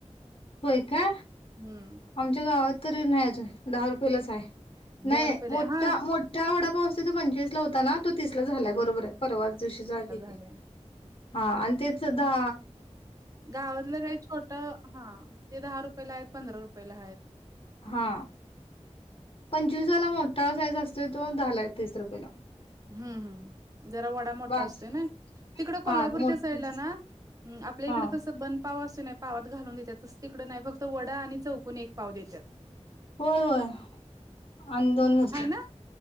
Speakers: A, on the left; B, on the right.
A: होय का
B: हम्म
A: आमच्या गावात तरी नाहीचं दहा रुपयेलाच आहे नाही
B: दहा रुपयेला
A: मोठा
B: हा
A: मोठा वडापावस त तो पंचवीसला होता ना तो तीसला झालाय बरोबर आहे परवाच दिवशी जागे
B: झाले
A: हा आणि तेच सुद्धा
B: गावातलं काही छोट हा ते दहा रुपयेला आहेत पंधरा रुपयेला आहेत
A: हा पंचवीसाला मोठा साईज असतो तो दहाला आहे तीस रुपयेला
B: हम्म हम् जरा वडा मोठा
A: बास
B: असतो ना तिकडं कोल्हापूरच्या
A: हा मोठी
B: साईडला ना आपल्या
A: हा
B: इकडे कसं बन पाव असू नाही पावात घालून देतातच तिकडं नाही फक्त वडा आणि चौकून एक पाव देतात
A: होय होय आणि दोन मिरच्या
B: ह ना